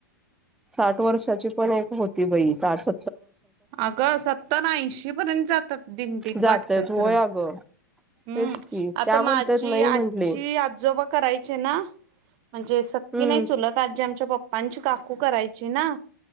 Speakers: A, in the centre; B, on the right.
A: साठ वर्षाची पण एक होती बाई साठ स
B: अगं सत्तर ऐंशी पर्यंत जातात दिंडीत
A: जात्यात
B: वाटतंय
A: होय
B: खरं
A: अगं
B: हम्म
A: तेच की
B: आता
A: त्या
B: माझी
A: म्हणतात नाही
B: आजची
A: म्हंटले
B: आजोबा कराय ना म्हणजे स
A: हम्म
B: नाही चुलत आजी आमच्या पप्पांची काकू करायची ना